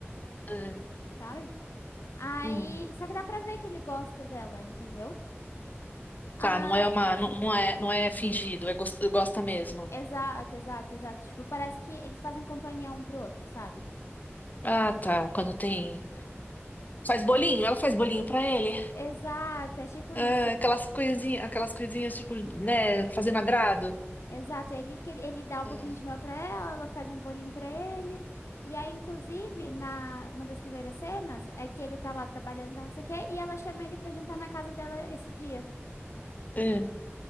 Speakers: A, on the left (about 35°); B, on the left (about 80°).
A: Ah,
B: sabe? Aí,
A: hum,
B: só que dá pra ver que ele gosta dela, entendeu? Ah,
A: tá, não é uma, não, não é, não é fingido, é gosta, gosta mesmo.
B: exato, exato, exato. Tipo, parece que eles fazem companhia um pro outro, sabe?
A: Ah, tá, quando tem. Faz bolinho, ela faz bolinho pra ele.
B: Exato, é tipo
A: Ah,
B: isso.
A: aquelas coisinhas, aquelas coisinhas tipo, né, fazendo agrado.
B: Exato, ele, que- ele dá um
A: Ah,
B: pouquinho de mel pra ela, ela faz um bolinho pra ele. E aí, inclusive, na uma das primeiras cenas é que ele tá lá trabalhando, tá, não sei o quê, e ela chama ele pra jantar na casa dela esse dia.
A: ah.